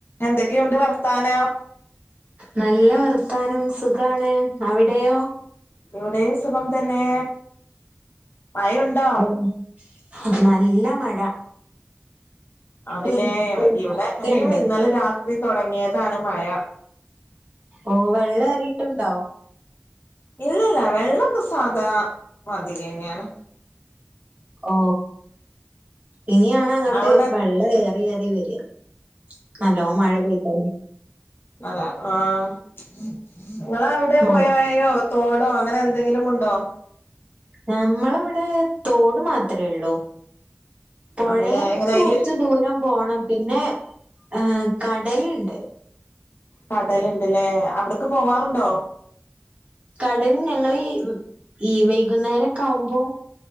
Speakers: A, on the left; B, on the right.
A: എന്തൊക്കെയുണ്ട് വർത്താനം
B: നല്ല വർത്താനം സുഖാണ് അവിടെയോ
A: ഇവിടെയും സുഖം തന്നെ മഴയുണ്ടോ
B: ഉം നല്ല മഴ
A: ആണല്ലേ
B: ഉം ഇന്നലേം
A: ഇവിടെ
B: ഒക്കെണ്ട്.
A: അയ്യോ ഇന്നലെ രാത്രി തുൊടങ്ങിയതാണ് മഴ
B: ഓ വെള്ളം എറിയിട്ടുണ്ടോ
A: ഇല്ലല്ല വെള്ളൊക്കെ സാധാ മതിരിയന്നെയാണ്
B: ഓ ഇനിയാണ് അങ്ങോട്ട്
A: അവിടെ
B: വെള്ളം ഏറി ഏറി വരിക നല്ലോ മഴ പെയതാല
A: ആ ആ നിങ്ങളെ അവിടെ
B: മഴ
A: പോയോ തോടോ അങ്ങനെ എന്തെങ്കിലും ഉണ്ടോ
B: നമ്മളവിടെ തോട് മാത്രമേ ഉള്ളൂ പുഴേക്ക്
A: ആണല്ലേ എങ്ങനെ അയില്
B: കൊറച്ച് ദൂരം പോണം പിന്നെ ആഏ കടലുണ്ട്
A: കടലുണ്ട്ല്ലേ അവിടക്ക് പോവാറുണ്ടോ
B: കടൽ ഞങ്ങ ഈ വൈകുന്നേരൊക്കെ ആവുമ്പോ